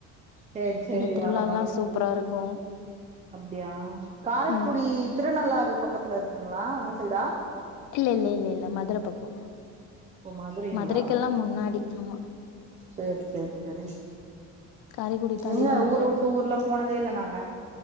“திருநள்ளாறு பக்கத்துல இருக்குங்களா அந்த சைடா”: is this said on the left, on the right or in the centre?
Right